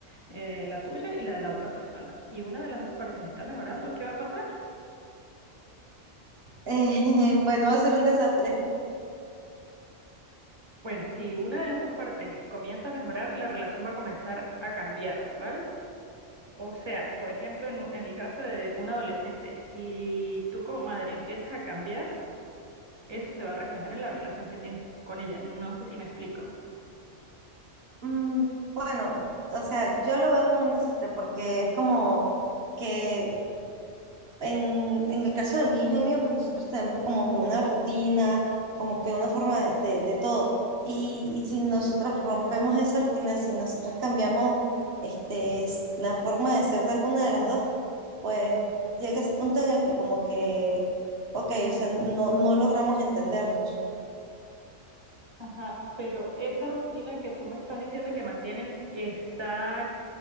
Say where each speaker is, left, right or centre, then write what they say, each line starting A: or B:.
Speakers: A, on the right; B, on the right.
A: Eh, la tuya y la de la otra persona. Si una de las dos partes está mejorando, ¿qué va a pasar?
B: <laughs> bueno, va a ser un desastre.
A: Bueno, si una de las dos partes comienza a mejorar, la relación va a comenzar a cambiar, ¿vale? O sea, por ejemplo, en, u- en el caso de un adolescente, si tú como madre empiezas a cambiar, eso se va a reflejar en la relación que tienes con ella. No sé si me explico.
B: Mm, bueno, o sea, yo lo veo como un desastre porque es como que en, en el caso de mi hija y mío, pues nosotros tenemos como que una rutina, como que una forma de, de- de todo. Y, y si nosotros rompemos esa rutina, si nosotros cambiamos este, s- la forma de ser de alguna de las dos, pues llega ese punto en el que como que, ok, o sea, no, no logramos entendernos.
A: Ajá, pero esa rutina que tú me estás diciendo que mantienen está